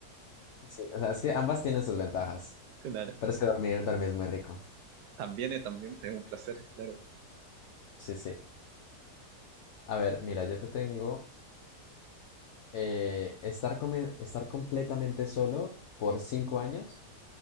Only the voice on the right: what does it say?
claro,
también, eh, también es un placer, claro.